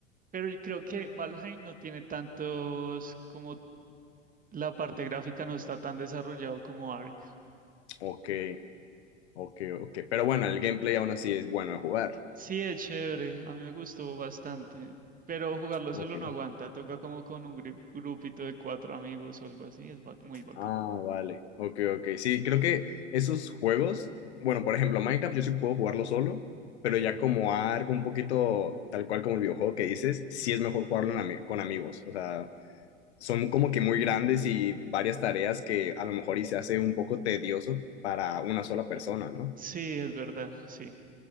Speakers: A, on the right (about 20°); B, on the left (about 60°).
A: pero yo creo que Valheim no tiene tantos, como la parte gráfica no está tan desarrollado como Ark.
B: Ok, ok, ok. Pero bueno, el gameplay aún así es bueno de jugar.
A: Sí, es chévere. A mí me gustó bastante. Pero jugarlo solo
B: Ok.
A: no aguanta. Toca como con un gri- grupito de cuatro amigos o algo así. Es ba- muy bacana.
B: Ah, vale. Ok, ok. Sí, creo que esos juegos, bueno, por ejemplo, Minecraft yo sí puedo jugarlo solo, pero ya como algo un poquito tal cual como el videojuego que dices, sí es mejor jugarlo en ami- con amigos. O sea, son como que muy grandes y varias tareas que a lo mejor y se hace un poco tedioso para una sola persona, ¿no?
A: Sí, es verdad, sí.